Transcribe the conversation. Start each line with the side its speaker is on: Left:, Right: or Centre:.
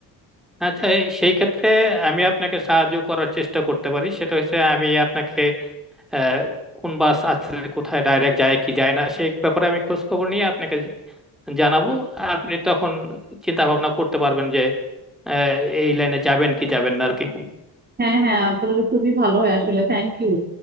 Centre: আচ্ছা এই- সেই ক্ষেত্রে আমি আপনাকে সাহায্য করার চেষ্টা করতে পারি সেটা হচ্ছে আমি আপনাকে আহ, কোন বাস আছে কোথায় ডাইরেক্ট যায় কি যায় না সেই ব্যাপারে আমি খোঁজ খবর নিয়ে আপনাকে জানাবো আর আপনি তখন চিন্তা ভাবনা করতে পারবেন যে আহ, এই লাইনে যাবেন কি যাবেন না আর কি
Right: হ্যাঁ হ্যাঁ তাহলে খুবই ভালো হয় আসলে থ্যাংক ইউ